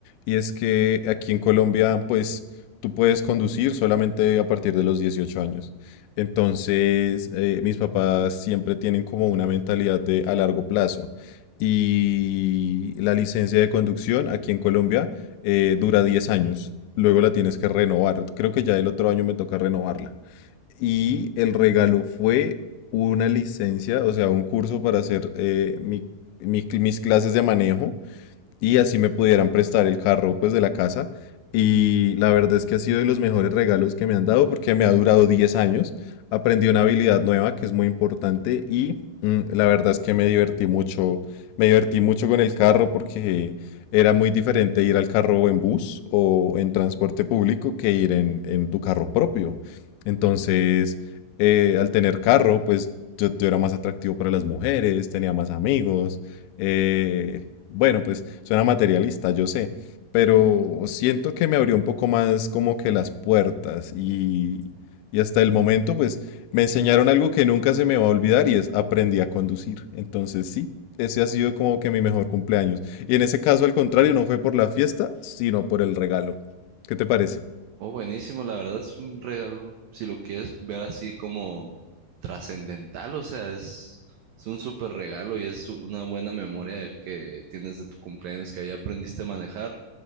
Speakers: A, on the left; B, on the right.
A: Y es que aquí en Colombia, pues tú puedes conducir solamente a partir de los 18 años. Entonces, eh, mis papás siempre tienen como una mentalidad de a largo plazo. Y la licencia de conducción aquí en Colombia eh, dura 10 años. Luego la tienes que renovar. Creo que ya el otro año me toca renovarla. Y el regalo fue una licencia, o sea, un curso para hacer eh, mi- mi- cl- mis clases de manejo y así me pudieran prestar el carro pues de la casa. Y la verdad es que ha sido de los mejores regalos que me han dado porque me ha durado 10 años. Aprendí una habilidad nueva que es muy importante y mm, la verdad es que me divertí mucho, me divertí mucho con el carro porque era muy diferente ir al carro en bus o en transporte público que ir en, en tu carro propio. Entonces, eh, al tener carro, pues yo, yo era más atractivo para las mujeres, tenía más amigos. eh, bueno, pues suena materialista, yo sé, pero siento que me abrió un poco más como que las puertas y, y hasta el momento pues me enseñaron algo que nunca se me va a olvidar y es aprendí a conducir. Entonces sí, ese ha sido como que mi mejor cumpleaños. Y en ese caso al contrario, no fue por la fiesta, sino por el regalo. ¿Qué te parece?
B: Oh, buenísimo, la verdad es un regalo. Si lo quieres ver así como trascendental, o sea, es, es un súper regalo y es una buena memoria que tienes de tu cumpleaños que ahí aprendiste a manejar